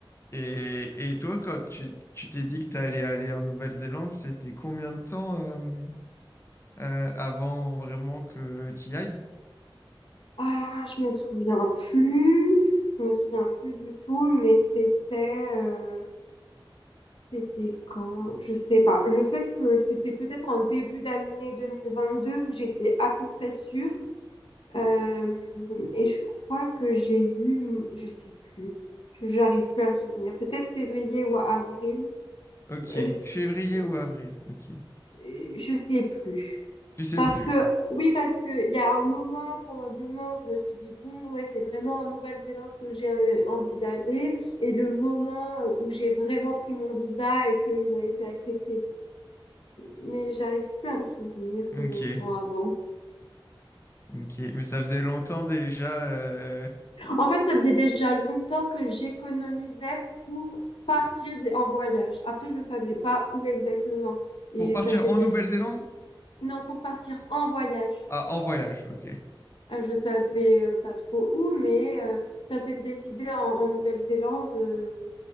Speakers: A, on the left; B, on the left.
A: Et, et toi, quand tu tu t'es dit que t'allais aller en Nouvelle-Zélande, c'était combien de temps euh, euh, avant vraiment que t'y ailles?
B: Ah, je me souviens plus, je me souviens plus du tout, mais c'était, euh, c'était quand? Je sais pas. Je sais que c'était peut-être en début d'année 2022 où j'étais à peu près sûre. Euh, et je crois que j'ai eu, je sais plus. Je- J'arrive plus à me souvenir. Peut-être février ou avril.
A: Ok,
B: Bah, je,
A: février
B: je,
A: ou avril? Ok,
B: euh, je sais plus.
A: tu sais
B: Parce
A: plus.
B: que, oui, parce que il y a un moment probablement où je me suis dit, bon, ouais, c'est vraiment en Nouvelle-Zélande que j'ai euh, envie d'aller. Et le moment euh, où j'ai vraiment pris mon visa et qu'il a été accepté. Mais j'arrive plus à me souvenir
A: Ok,
B: combien de temps avant.
A: ok. Mais ça faisait longtemps déjà. euh,
B: En fait, ça faisait déjà longtemps que j'économisais pour partir des- en voyage. Après, je savais pas où exactement. Et
A: Pour partir
B: ça s'est
A: en
B: décidé.
A: Nouvelle-Zélande?
B: Non, pour partir en voyage.
A: Ah, en voyage. Ok,
B: Ah, je savais euh, pas trop où, mais euh, ça s'est décidé en, en Nouvelle-Zélande, euh,